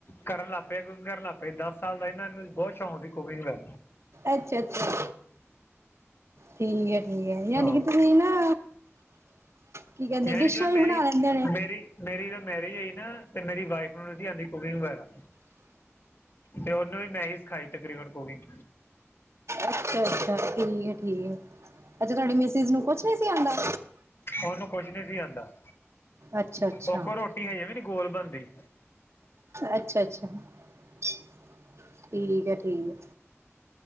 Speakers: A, on the left; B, on the right.
A: ਕਰਨ ਲੱਗ ਪਿਆ ਕੁਕਿੰਗ ਕਰਨ ਲੱਗ ਪਏ ਦਸ ਸਾਲ ਦਾ ਸੀ ਮੈਨੂੰ ਬਹੁਤ ਸ਼ੌਂਕ ਸੀ ਕੁਕਿੰਗ ਦਾ।
B: ਅੱਛਾ-ਅੱਛਾ ਠੀਕ ਹੈ, ਠੀਕ ਹੈ, ਯਾਨੀ
A: ਹਾਂ
B: ਕਿ ਤੁਸੀਂ ਨਾ ਕੀ ਕਹਿੰਦੇ
A: ਯਾਨ
B: ਡਿਸ਼ਾਂ
A: ਜਿਵੇਂ, ਮੇਰੀ
B: ਵੀ ਬਣਾ ਲੈਂਦੇ ਹੋਣੇ।
A: ਮੇਰੀ ਮੇਰੀ ਜਦੋਂ ਮੈਰਿਜ ਹੋਈ ਨਾ ਤੇ ਮੇਰੀ ਵਾਈਫ ਨੂੰ ਨਹੀਂ ਸੀ ਆਉਂਦੀ ਕੁਕਿੰਗ ਵਗੈਰਾ। ਤੇ ਉਹਨੂੰ ਵੀ ਮੈਂ ਹੀ ਸਿਖਾਈ ਤਕਰੀਬਨ ਕੁਕਿੰਗ।
B: ਅੱਛਾ-ਅੱਛਾ ਠੀਕ ਆ, ਠੀਕ ਆ। ਅੱਛਾ ਤੁਡੀ ਮਿਸਿਜ਼ ਨੂੰ ਕੁਛ ਨੀ ਸੀ ਆਉਂਦਾ।
A: ਉਹਨੂੰ ਕੁਛ ਨੀ ਸੀ ਆਉਂਦਾ।
B: ਅੱਛਾ ਅੱਛਾ
A: ਉਹ ਕੋੋ ਰੋਟੀ ਹਜੇ ਵੀ ਨੀ ਗੋਲ ਬਣਦੀ।
B: ਅੱਛਾ-ਅੱਛਾ। ਠੀਕ ਐ, ਠੀਕ ਐ।